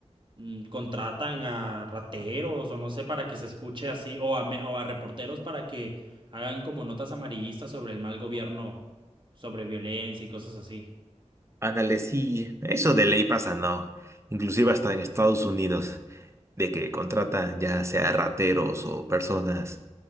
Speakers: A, on the right; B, on the right.
A: mm, contratan a rateros o no sé para que se escuche así, o a, me- o a reporteros para que hagan como notas amarillistas sobre el mal gobierno, sobre violencia y cosas así.
B: Ándale, sí, eso de ley pasa, ¿no? Inclusive hasta en Estados Unidos, de que contratan ya sea rateros o personas